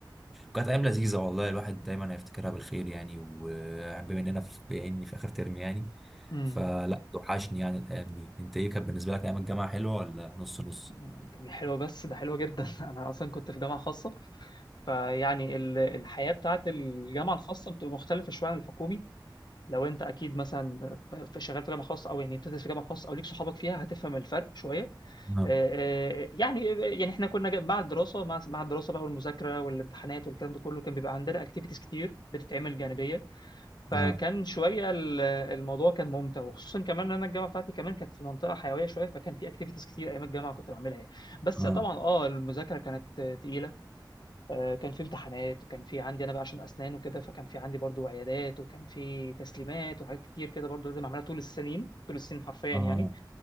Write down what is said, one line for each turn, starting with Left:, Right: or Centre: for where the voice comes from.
Centre: كانت ايام لذيذه والله الواحد دايما هيفتكرها بالخير يعني وبما اننا في بما اني في اخر ترم يعني
Left: امم
Centre: فلا توحشني يعني الايام دي انت ايه كانت بالنسبه لك ايام الجامعه حلوه ولا نص نص
Left: مم، حلوة بس ده حلوة جدا <laughs> أنا أصلا كنت في جامعة خاصة فيعني ال- الحياة بتاعت الجامعة الخاصة بتبقى مختلفة شوية عن الحكومي لو أنت أكيد مثلا في شغال في جامعة خاصة أو يعني بتدرس في جامعة خاصة أو ليك صحابك فيها هتفهم الفرق شوية
Centre: اه
Left: آه، آه، يعني يعني إحنا كنا جا- مع الدراسة مع مع الدراسة بقى والمذاكرة والامتحانات والكلام ده كله كان بيبقى عندنا أكتيفيتيز كتير بتتعمل جانبية فكان
Centre: اه
Left: شويه ال- الموضوع كان ممتع وخصوصا كمان ان انا الجامعه بتاعتي كمان كانت في منطقه حيويه شويه فكان في اكتيفيتيز كتير ايام الجامعه كنت بعملها يعني بس
Centre: اه
Left: طبعا اه المذاكره كانت آه، تقيله آه، كان في امتحانات وكان في عندي انا بقى عشان اسنان وكده فكان في عندي برضو عيادات وكان في تسليمات وحاجات كتير كده برضو لازم اعملها طول السنين طول السنين حرفيا
Centre: اه
Left: يعني